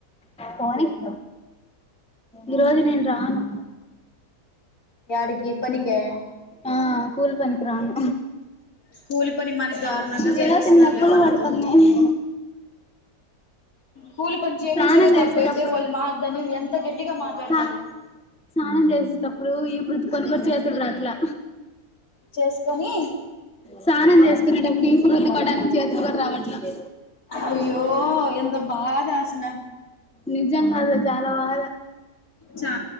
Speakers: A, in the centre; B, on the left.
A: బోనిగ్
B: ఉమ్
A: ఈరోజు నేను రాను
B: యాడికి పనికే
A: ఆ స్కూల్ పనికు రాను
B: స్కూలు పని మనకి దారుణంగా చేపి
A: చేతి
B: స్తున్నారులే
A: నొప్పులు
B: మనతో
A: పడుతున్నాయి
B: కూలి పనిచేపిచ్చేదే
A: స్నానం చేసేటప్పుడు
B: తప్పైతే వాళ్ల్మా మా దాని ఎంత గట్టిగా మాట్లాడతారు
A: సా స్నానం చేస్తేటప్పుడు ఈపు రుద్దుకోడానికి కూడా చేతకావట్లే
B: చేసుకొని
A: స్నానం చేసుకునేటప్పుడు ఈపు రుద్దుకోవడానికి చేతులు కూడా రావట్లేదు
B: అయ్యో ఎంత బాధ ఆసల
A: నిజంగానే చాలా బాధ
B: చా